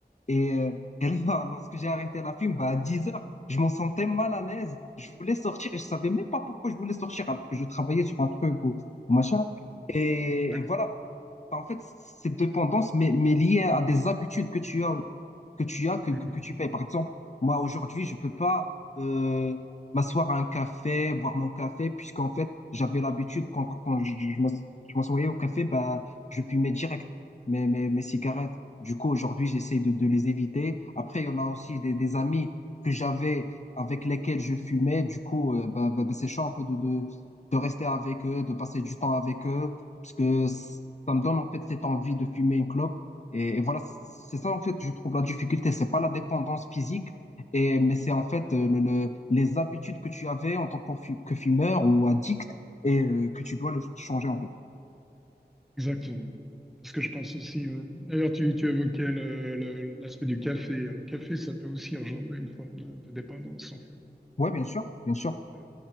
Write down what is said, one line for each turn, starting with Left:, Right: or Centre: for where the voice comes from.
Left: Et, euh, et là, <laughs> lorsque j'ai arrêté la fume, ben, à dix heures je m'en sentais mal à l'aise. Je voulais sortir et je savais même pas pourquoi je voulais sortir alors que je travaillais sur un truc ou, ou machin. Et,
Centre: D'accord.
Left: et voilà. En fait, cette dépendance mais mais liée à des habitudes que tu as, que tu as, que,
Centre: Mhm.
Left: que, que tu payes. Par exemple, moi, aujourd'hui, je peux pas euh, m'asseoir à un café, boire mon café, puisqu'en fait, j'avais l'habitude, quand, quand, quand je, je m'as- je m'assoyais au café, bah, je fumais direct mes, mes, mes cigarettes. Du coup, aujourd'hui, j'essaie de, de les éviter. Après, il y en a aussi des, des amis que j'avais, avec lesquels je fumais. Du coup, euh, bah, bah, bah, c'est chaud un peu de, de, de rester avec eux, de passer du temps avec eux, parce que c- ça me donne en fait cette envie de fumer une clope. Et, et voilà, c- c'est ça en fait, je trouve la difficulté. C'est pas la dépendance physique, et, mais c'est en fait euh, le, le- les habitudes que tu avais en tant que fu- que fumeur ou addict et euh, que tu dois le changer en fait.
Centre: Exactement. C'est ce que je pense aussi. ouais. D'ailleurs, tu, tu évoquais le- le- l'aspect du café. hein. Le café, ça peut aussi engendrer une forme de, de dépendance, en fait.
Left: Ouais, bien sûr, bien sûr.
Centre: Euh,